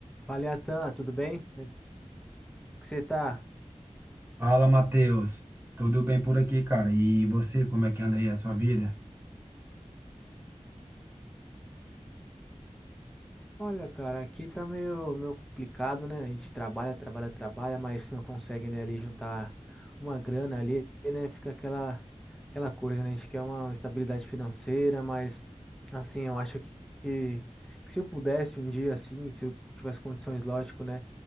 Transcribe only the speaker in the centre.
Fala, Atan, tudo bem? Como é que você tá?
Olha, cara, aqui tá meio, meio complicado, né? A gente trabalha, trabalha, trabalha, mas não consegue, né, ali juntar uma grana ali, né? Fica aquela, aquela coisa, né? A gente quer uma estabilidade financeira, mas, assim, eu acho que, que, que se eu pudesse um dia, assim, se eu tivesse condições, lógico, né?